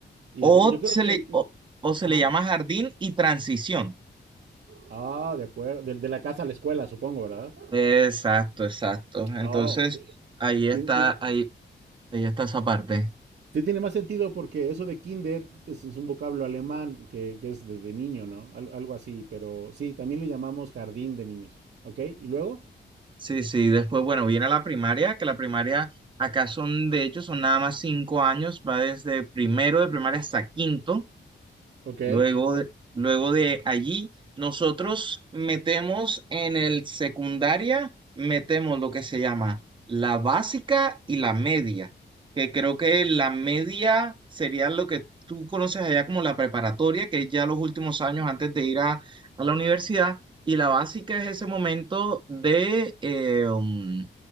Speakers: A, on the right; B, on the right.
A: Y,
B: O
A: este, y yo creo
B: se
A: que...
B: le,
A: el-
B: o, o se
A: Ajá.
B: le llama jardín y transición.
A: Ah, de acuerdo. De, de la casa a la escuela, supongo, ¿verdad?
B: Exacto, exacto. Entonces,
A: Oh, sí.
B: ahí
A: Tiene,
B: está,
A: tiene-
B: ahí, Ahí está esa parte.
A: sí tiene más sentido porque eso de kinder es, es un vocablo alemán que, que es de, de niño, ¿no? Al- algo así, pero sí, también le llamamos jardín de niños. ¿Ok? ¿Y luego?
B: Sí, sí, después, bueno, viene la primaria, que la primaria acá son, de hecho, son nada más cinco años, va desde primero de primaria hasta quinto.
A: Ok.
B: Luego de, luego de allí, nosotros metemos en el secundaria, metemos lo que se llama la básica y la media, que creo que la media sería lo que tú conoces allá como la preparatoria, que es ya los últimos años antes de ir a, a la universidad, y la básica es ese momento de, eh, um,